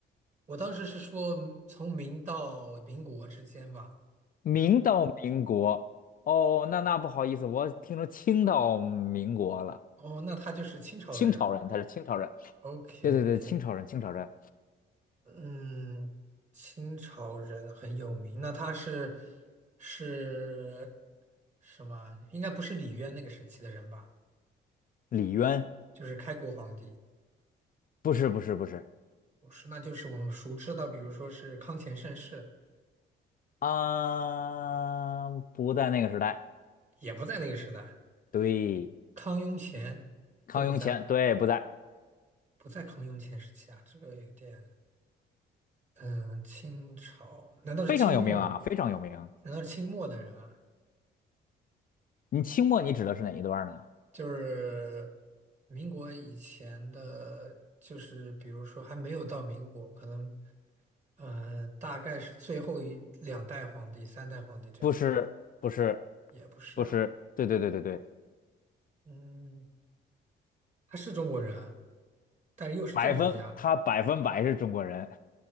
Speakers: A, on the right; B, on the left.
A: 我当时是说嗯从明到民国之间吧。
B: 明到民国，哦，那那不好意思，我听说清到民国了。
A: 哦，那他就是清朝的人。
B: 清朝人，他是清朝人。
A: OK
B: 对对对，
A: OK。
B: 清朝人，清朝人，
A: 嗯，清朝人很有名，那他是是什么？应该不是李渊那个时期的人吧？
B: 李渊
A: 就是开国皇帝，
B: 不是不是不是，
A: 不是，那就是我们熟知的，比如说是康乾盛世，
B: 啊，不在那个时代。
A: 也不在那个时代，
B: 对，
A: 康雍乾都不在，
B: 康雍乾，对，不在，
A: 不在康雍乾时期啊，这个有点，嗯，清朝，难道是清末？
B: 非常有名啊，非常有名。
A: 难道是清末的人啊？
B: 你清末你指的是哪一段呢？
A: 就是民国以前的，就是比如说还没有到民国，可能呃大概是最后一两代皇帝、三代皇帝这样子吧，
B: 不是不是
A: 也不是啊，
B: 不是，对对对对对，
A: 嗯，他是中国人啊，但是又是政治家，
B: 百分他百分百是中国人，